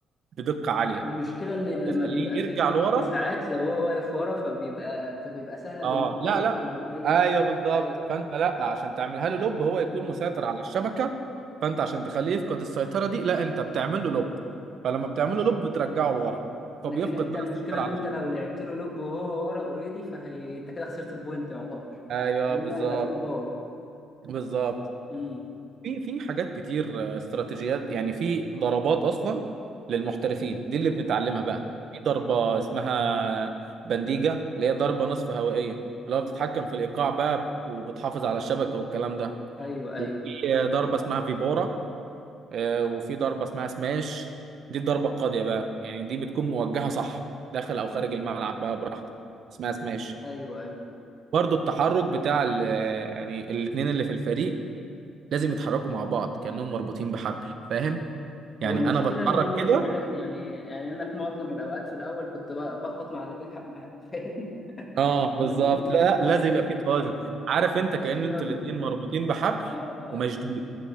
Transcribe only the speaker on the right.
بدقه عاليه
تخليه
يرجع لورا
اه
لا
لا
ايوه بالظبط
فانت لا عشان تعملها له لوب هو يكون
مسيطر على الشبكه فانت عشان تخليه يفقد السيطره دي لا انت بتعمل له لوب فلما بتعمل له لوب بترجعه لورا
فبيفقد
بقى
السيطره
على
الشبكه
ايوه
بالظبط
بالظبط
في في حاجات كتير آه، استراتيجيات يعني في ضربات اصلا للمحترفين دي اللي بنتعلمها بقى في ضربه اسمها بنديجه اللي هي ضربه نصف هوائيه اللي هو بتتحكم في الايقاع بقى وبتحافظ على الشبكه والكلام ده
وفي
ضربه اسمها فيبارا آه، وفي ضربه اسمها سماش دي الضربه القاضيه بقى يعني دي بتكون موجهه صح داخل او خارج الملعب بقى براحتك اسمها سماش
برضو التحرك بتاع ال- يعني الاتنين اللي في الفريق لازم يتحركوا مع بعض كأنهم مربوطين بحبل فاهم يعني
انا بتحرك
كده
اه بالظبط
لا لا،
لازم
يبقى
في توازن عارف
انت
كأن
انتوا
الاتنين مربوطين بحبل
ومشدود